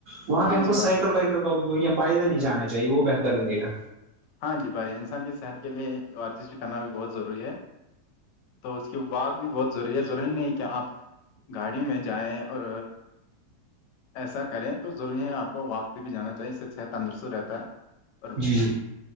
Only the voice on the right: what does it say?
وہاں
پہ ہم کو
سائیکل
وائیکل کا اپوگ ہے پائیدہ نہیں جانا چاہیے وہ بہتر رہےا
جی جی